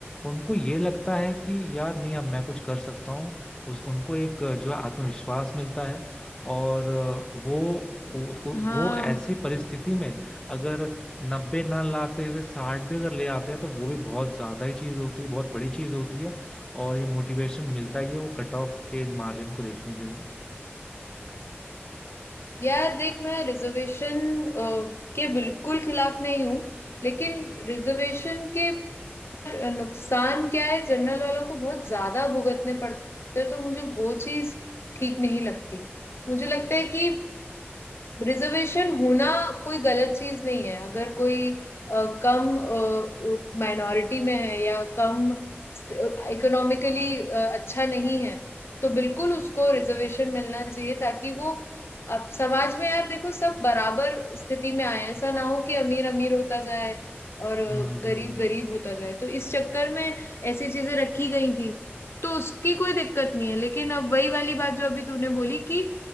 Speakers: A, on the left; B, on the left.
A: उनको ये लगता है कि यार नहीं अब मैं कुछ कर सकता हूँ उस उनको एक अ, जो है आत्मविश्वास मिलता है और अ, वो उ- उ-
B: हाँ
A: वो ऐसी परिस्थिति में अगर नब्बे ना लाते हुए साठ भी अगर ले आते हैं तो वो भी बहुत ज्यादा ही चीज होती है बहुत बड़ी चीज होती है और ये मोटिवेशन मिलता ही है वो कट ऑफ के मार्जिन को देखने के बाद
B: यार देख मैं रिजर्वेशन के बिल्कुल खिलाफ नहीं हूँ लेकिन रिजर्वेशन के यार नुकसान क्या है जनरल वालों को बहुत ज्यादा भुगतने पड़ते हैं तो मुझे वो चीज ठीक नहीं लगती मुझे लगता है कि रिजर्वेशन होना कोई गलत चीज नहीं है अगर कोई अ, कम माइनॉरिटी में है या कम इकोनॉमिकली अच्छा नहीं है तो बिल्कुल उसको रिजर्वेशन मिलना चाहिए ताकि वो अब समाज में यार देखो सब बराबर स्थिति में आए हैं। ऐसा ना हो कि अमीर अमीर होता जाए और अ,
A: हम्म
B: गरीब
A: हम्म
B: गरीब होता जाए तो इस चक्कर में ऐसी चीजें रखी गई थी तो उसकी कोई दिक्कत नहीं है लेकिन अब वही वाली बात जो अभी तूने बोली कि